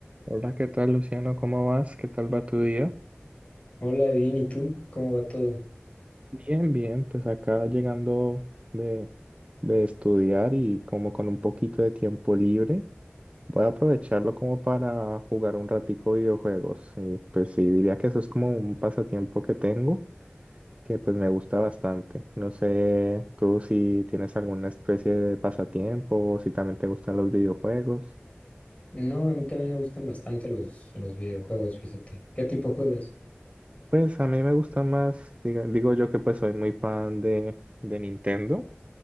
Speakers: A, on the right; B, on the left.
A: Hola, ¿qué tal, Luciano? ¿Cómo vas? ¿Qué tal va tu día?
B: Hola, bien, ¿y tú? ¿Cómo va todo?
A: Bien, bien, pues acá llegando de, de estudiar y como con un poquito de tiempo libre, voy a aprovecharlo como para jugar un ratico videojuegos. Y pues sí, diría que eso es como un pasatiempo que tengo, que pues me gusta bastante. No sé tú si tienes alguna especie de pasatiempo o si también te gustan los videojuegos.
B: No, a mí también me gustan bastante los, los videojuegos, fíjate. ¿Qué tipo juegas?
A: Pues a mí me gustan más, diga- digo yo que pues soy muy fan de, de Nintendo.